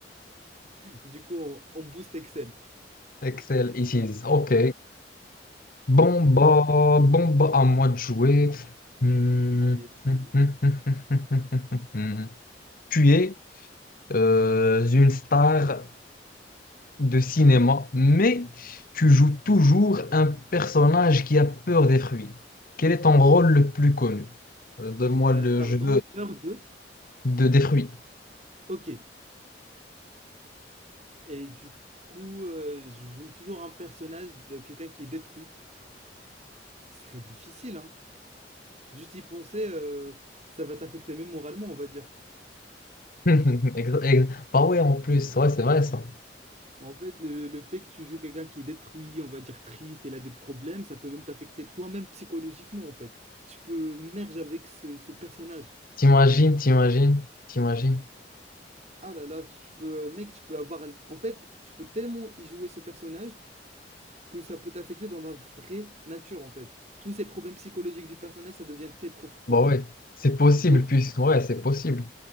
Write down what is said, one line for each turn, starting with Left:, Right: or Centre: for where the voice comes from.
Right: Du coup, on, on booste Excel.
Left: <laughs> Excel, ici. Ok. Bon,
Right: Du
Left: bah,
Right: coup,
Left: bon, bah, à moi de jouer. Hmm.
Right: Allez-y.
Left: <laughs> Tu es euh, une star de cinéma, mais tu joues toujours un personnage qui a peur des fruits. Quel est ton rôle le plus connu? Euh, donne-moi
Right: Heu,
Left: le
Right: pardon,
Left: jeu
Right: peur de?
Left: de, des fruits.
Right: OK et du coup, heu, je joue toujours un personnage de quelqu'un qui est détruit. Ce serait difficile, hein? Juste y penser, heu, ça va t'affecter même moralement, on va dire.
Left: <laughs> Exa- ex- Bah ouais, en plus, ouais, c'est vrai ça.
Right: En fait, le le fait que tu joues quelqu'un qui est détruit, on va dire triste, il a des problèmes, ça peut même t'affecter toi-même psychologiquement, en fait. Tu peux merge avec ce ce personnage.
Left: T'imagines, t'imagines, t'imagines.
Right: Ah là là, tu peux, mec, tu peux avoir en fait, tu peux tellement y jouer ce personnage que ça peut t'affecter dans la vraie nature, en fait. Tous ces problèmes psychologiques du personnage, ça devient tes propres problèmes.
Left: Bah ouais, c'est possible,
Right: Et aussi,
Left: puisque ouais, c'est possible.